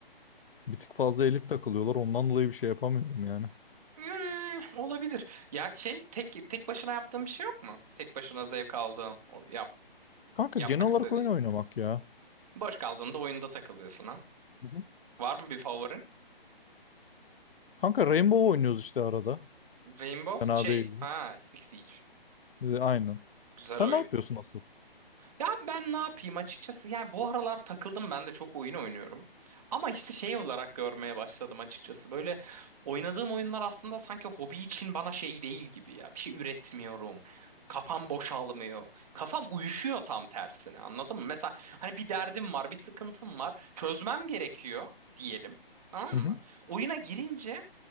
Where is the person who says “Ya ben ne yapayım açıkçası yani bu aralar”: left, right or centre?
Right